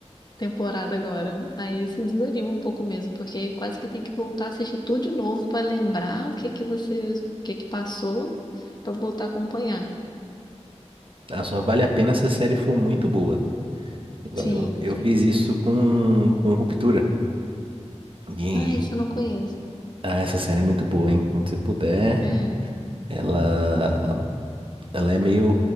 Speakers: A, on the left; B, on the right.
A: temporada agora. Aí isso desanima um pouco mesmo, porque quase que tem que voltar a assistir tudo de novo para lembrar o que que você, o que que passou, para voltar a acompanhar.
B: Ah, só vale a pena se a série for muito boa. Igual
A: Sim,
B: Eu, eu
A: sim.
B: fiz isso com, com Ruptura. E,
A: Ah, isso eu não conheço.
B: ah, essa série é muito boa, hein? Quando você puder,
A: É.
B: ela, ela é meio